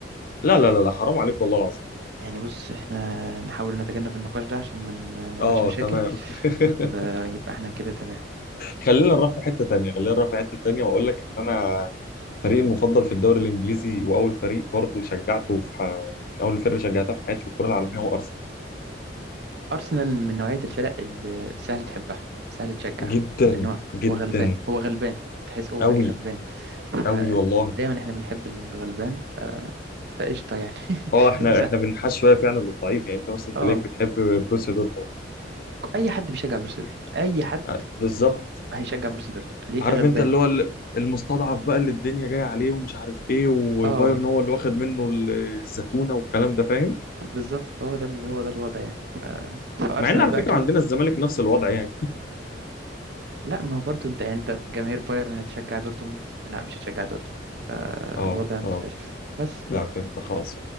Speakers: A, on the left; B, on the right.
A: لا لا لا لا حرام عليك والله العظيم
B: يعني بص احنا نحاول نتجنب النقاش ده عشان ما ن- نعملش
A: اه
B: مشاكل
A: تمام <laughs>
B: ويبقى احنا كده تمام
A: خلينا نروح في حته تانيه خلينا نروح في حته تانيه واقول لك ان انا فريقي المفضل في الدوري الانجليزي واول فريق برضه شجعته في ح... من اول الفرق اللي شجعتها في حياتي في الكره العالميه هو ارسنال
B: وأرسنال من نوعية الفرق اللي سهل تحبها سهل تشجع
A: جدا
B: لأن هو
A: جدا
B: هو غلبان هو غلبان تحس هو
A: قوي
B: فريق غلبان فدايما
A: قوي والله
B: احنا بنحب الغلبان ف... فقشطة يعني
A: اه احنا
B: <laughs> سهل
A: احنا بنحش شويه فعلا للضعيف يعني انت مثلا
B: اه
A: تلاقيك بتحب بروسيا دورتموند
B: أي حد بيشجع بروسيا دورتموند أي حد
A: آه، بالظبط
B: هيشجع بروسيا دورتموند ليه
A: عارف
B: غلبان
A: انت اللي هو ال- المستضعف بقى اللي الدنيا جايه عليه ومش عارف ايه وبايرن
B: اه
A: هو اللي واخد منه ال- الزتونه والكلام ده فاهم
B: بالظبط فهو ده ال- هو ده الوضع يعني ف... فارسنال
A: مع ان على
B: بقى
A: فكره
B: كمان
A: عندنا الزمالك نفس الوضع يعني
B: لا ما هو برضه انت يعني انت جماهير بايرن هتشجع دورتموند لا مش هتشجع دورتموند فالوضع
A: اه
B: مختلف
A: اه
B: بس
A: لا فهمت خلاص